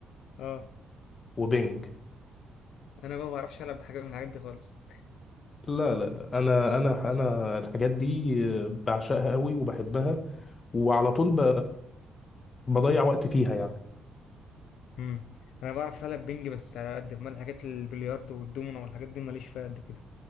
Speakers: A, on the left (about 80°); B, on the left (about 40°).
A: اه
B: وبينج
A: انا بقى ما بعرفش العب بحاجه من الحاجات دي خالص
B: لا لا لا انا انا انا الحاجات دي آه، بعشقها قوي وبحبها وعلى طول ب... بضيع وقت فيها يعني
A: امم انا بعرف العب بينج بس على قد ما الحاجات البلياردو والدومينو والحاجات دي ماليش فيها قد كده